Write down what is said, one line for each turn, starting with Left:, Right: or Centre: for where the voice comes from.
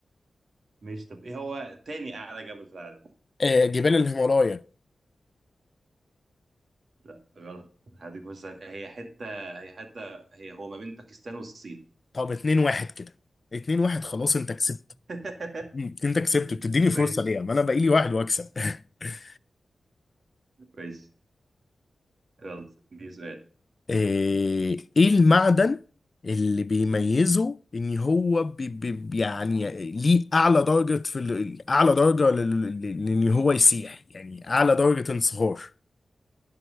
Right: ماشي طب إيه هو تاني أعلى جبل في العالم
Left: آه جبال الهيمالايا
Right: لا غلط هديك مثلا هي حتة هي حتة هي هو ما بين باكستان والصين
Left: طب اتنين واحد كده اتنين واحد خلاص انت كسبت
Right: <laughs>
Left: مم، انت كسبت بتديني فرصه
Right: ماشي
Left: ليه ما انا بقى لي واحد واكسب <laughs>
Right: ماشي يلا دي سؤال
Left: ايه إيه المعدن اللي بيميزه ان هو بي بي يعني ليه اعلى درجة في ال- اعلى درجة لل- لل- لان هو يسيح يعني اعلى درجة انصهار